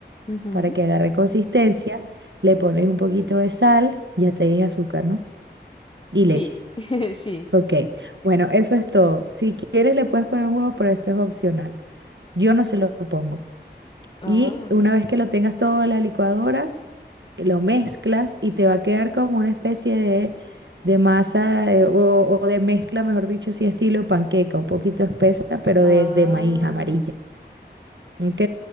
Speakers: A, on the left; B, on the right.
A: Ujú.
B: para que agarre consistencia. Le pones un poquito de sal, ya te dije azúcar, ¿no? Y leche.
A: Sí, <laughs> sí.
B: Ok, bueno, eso es todo. Si quieres le puedes poner huevo, pero esto es opcional. Yo no se lo pongo.
A: Ah,
B: Y una vez que lo tengas todo en la licuadora, eh, lo mezclas y te va a quedar como una especie de, de masa eh, o, o de mezcla, mejor dicho, sí, estilo panqueca, un poquito espesa, pero
A: ah.
B: de, de maíz amarilla. ¿Ok?